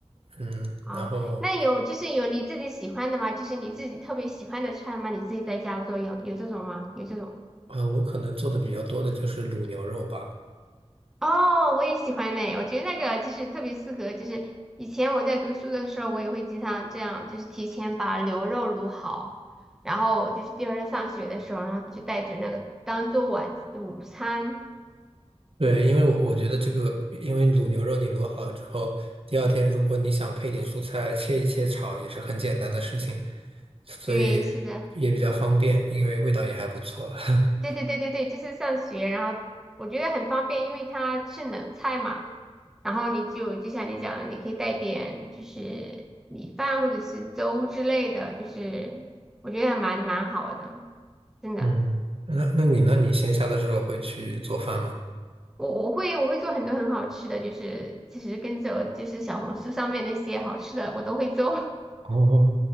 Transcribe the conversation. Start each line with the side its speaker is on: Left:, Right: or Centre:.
Right: 嗯，
Centre: 哦，
Right: 然后
Centre: 那有就是有你自己喜欢的吗？就是你自己特别喜欢的菜吗？你自己在家做有有这种吗？有这种？
Right: 呃，我可能做的比较多的就是卤牛肉吧。
Centre: 哦，我也喜欢呢，我觉得那个就是特别适合，就是以前我在读书的时候，我也会经常这样，就是提前把牛肉卤好，然后就是第二天上学的时候，然后就带着那个当做晚午餐。
Right: 对，因为我我觉得这个，因为卤牛肉你卤好了之后，第二天如果你想配点蔬菜，切一切炒也是很简单的事情，所以也比较方便，
Centre: 对，是的，
Right: 因为味道也还不错。<laughs>
Centre: 对对对对对，就是上学，然后我觉得很方便，因为它是冷菜嘛，然后你就就像你讲的，你可以带点就是米饭或者是粥之类的，就是我觉得还蛮蛮好的，真的。
Right: 嗯，那那你呢？你闲暇的时候会去做饭吗？
Centre: 我我会我会做很多很好吃的，就是其实跟着我就是小红书上面那些好吃的我都会做。
Right: 哦，